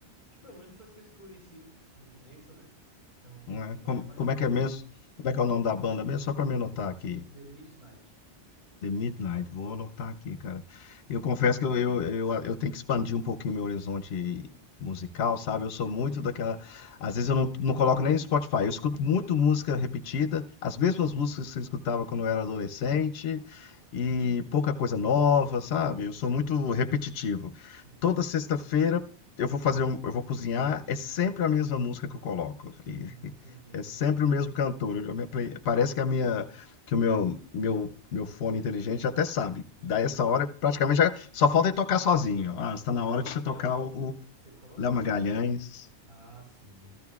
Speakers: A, on the right (about 45°); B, on the left (about 65°).
A: Que pelo menos foi as que eu conheci no, no começo, né? Então,
B: Não
A: me
B: é?
A: pega
B: Como,
A: bastante
B: como é que
A: essas
B: é mesmo?
A: músicas.
B: Como é que é o nome da banda mesmo? Só pra me anotar aqui.
A: The Midnight.
B: The Midnight, vou anotar aqui, cara. Eu confesso que eu, eu, eu, eu tenho que expandir um pouquinho meu horizonte musical, sabe? Eu sou muito daquela. Às vezes eu não, não coloco nem no Spotify. Eu escuto muito música repetida, as mesmas músicas que eu escutava quando eu era adolescente, e pouca coisa nova, sabe? Eu sou muito repetitivo.
A: Sim, sim.
B: Toda sexta-feira eu vou fazer um, eu vou cozinhar, é sempre a mesma música que eu coloco.
A: Hum, entendi, entendi.
B: É sempre o mesmo cantor. Eu já me apre- Parece que a minha, que o meu, meu, meu fone inteligente até sabe.
A: <laughs>
B: Daí essa hora, praticamente já só falta ele tocar sozinho. Ah, está na hora
A: Qual
B: de você
A: que
B: tocar
A: é o cantor
B: o, o
A: que você coloca?
B: Léo Magalhães.
A: Ah, sim.